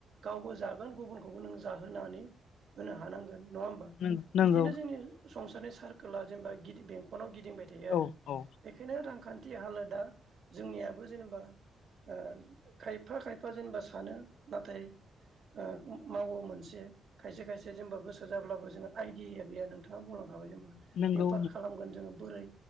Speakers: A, on the right; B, on the left.
A: गावबो जागोन गुबुनखौबो नोङो जाहोनानै होनो हानांगोन नङा होमबा
B: नंगौ
A: बिदिनो जोंनि संसारनि सार गोला जेनबा गिद बेंखनाव गिद दिंबाय थायो आरो
B: औ औ
A: बेखायनो रांखान्थ थि हालोदा जोंनियाबो जेनेबा ओ खायफा खायफा जेनेबा सानो नाथाय ओ मावो मोनसे खायसे खायसे जेनेबा गोसो जाब्लाबो जोङो आइदिया गैया नोंथाङा बुंलांखाबाय जेनबा बेफार
B: नंगौ
A: खालामगोन जोङो बोरै